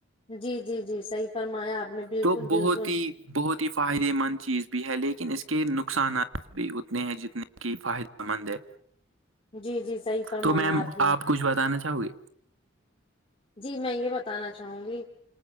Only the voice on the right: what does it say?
تو بہت
ہی بہت ہی فائدے مند چیز بھی ہے لیکن اس کے نقصانات بھی اتنے ہیں جتنے کی فائدہ مند ہے
تو میم
کچھ بتانا چاہو گے